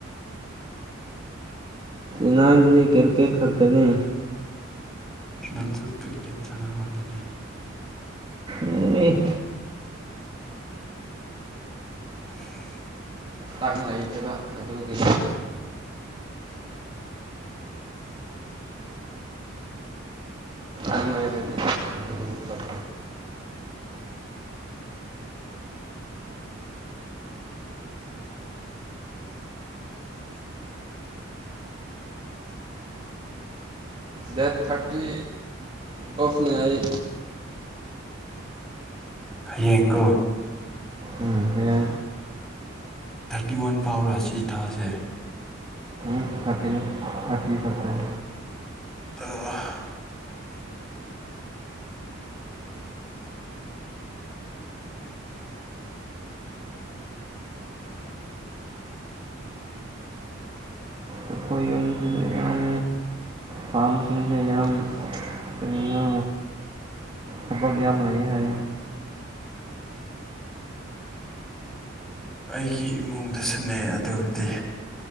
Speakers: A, on the right; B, in the centre.
A: ꯏꯅꯥꯖꯅꯤ ꯀꯔꯤꯀꯦꯠ ꯈꯔꯤꯗꯅ
B: ꯃꯟꯁꯨꯨ ꯀ꯭ꯀꯦꯠ ꯁꯂꯋꯥꯗꯗꯤ
A: ꯑ
B: <unintelligible>
A: ꯇꯥꯛ ꯂꯩꯈꯤꯕ ꯑꯗꯨꯒꯤ ꯑꯗꯤ ꯆꯠ
B: <unintelligible> <unintelligible>
A: ꯗꯦꯠ ꯊꯥꯔꯇꯤ ꯑꯣꯐꯅꯦ ꯑꯩ
B: ꯍꯌꯦꯡꯀꯣ
A: ꯎꯝ ꯍ ꯌꯥ
B: ꯊꯥꯔꯇꯤ ꯋꯥꯟ ꯐꯥꯎꯔ ꯁꯤ ꯊꯥꯁꯦ
A: ꯗꯦꯠ ꯊꯥꯔꯇꯤ ꯑꯣꯐꯅꯦ ꯑꯩ ꯎꯝ ꯍꯌꯦꯡ ꯑꯣꯐꯅꯤ ꯎꯝ ꯊꯥꯔꯇꯤꯟ ꯊꯥꯔꯇꯤ ꯐꯦꯞꯇꯦꯟ
B: ꯑꯗꯨ
A: ꯑꯩꯈꯣꯏ ꯌꯨꯝꯁꯤꯗ ꯌꯥꯝ ꯐꯥꯝꯁꯤꯡꯁꯌꯥꯝꯝ ꯀ ꯅꯅ ꯊꯕꯛ ꯌꯥꯝ ꯂꯩ ꯍꯥꯏ
B: ꯑꯩꯒꯤ ꯏꯃꯨꯡꯗꯁꯨꯅꯦ ꯑꯗꯨꯕꯨꯗꯤ